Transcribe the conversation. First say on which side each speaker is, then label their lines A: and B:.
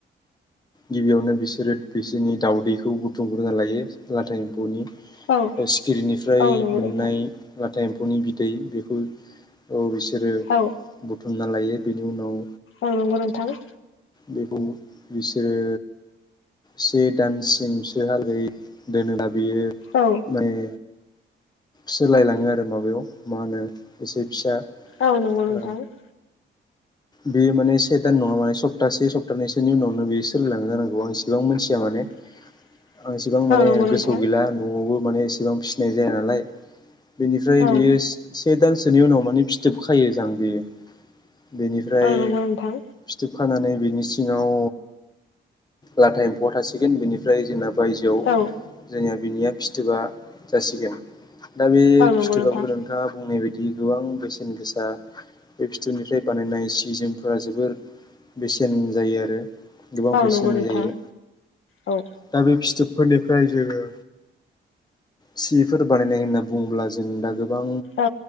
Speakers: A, on the left; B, on the left.
A: गिबियावनो बिसोरो बिसोरनि दाउदैखौ बुथुमग्रोना लायो, लाथा एम्फौनि
B: औ
A: सिखिरिनिफ्राय
B: औ नंगौ
A: मोननाय
B: नोंथां
A: लाथा एम्फौनि बिदै बेखौ औ बिसोरो
B: औ
A: बुथुमना लायो। बेनि उनाव
B: औ नोंगौ नोंथां।
A: बेखौ बिसोरो से दानसिमसो हालदै दोनोना बेयो
B: औ
A: माने सोलायलाङो आरो माबायाव मा होनो एसे फिसा
B: औ नोंगौ नोंथां
A: ओ
B: ।
A: बेयो माने से दान नङा माने सप्तासे सप्तानैसोनि उनावनो बेयो सोलिलांनो जानांगौ आं इसेबां मोनथिया माने
B: <inaudible>
A: आं एसेबां माने
B: औ नंगौ नोंथां
A: गोसोआव गैला न'आवबो माने एसेबां फिसिनाय जाया नालाय। बेनिफ्राय
B: औ
A: बेयो से दानसोनि उनाव माने फिथोब खायो जां बेयो। बेनिफ्राय
B: औ नंगौ नोंथां
A: फिथोब खानानै बेनि सिङाव लाथा एम्फौआ थासिगोन, बेनिफ्राय जोंना बायजोआव
B: औ।
A: जोंनिया बिनिया फिथोबा जासिगोन, दा बे
B: औ नंगौ
A: फिथोबाबो
B: नोंथां
A: नोंथाङा बुंनाय बायदि गोबां बेसेन गोसा बे फिथोबनिफ्राय बानायनाय सि जोमफोरा जोबोर बेसेन जायो आरो। गोबां
B: औ
A: बेसेननि
B: नंगौ नोंथां
A: जायो।
B: औ
A: दा बे फिथोबफोरनिफ्राय जोङो सिफोर बानायनाय होनना बुङोब्ला जों दा गोबां
B: औ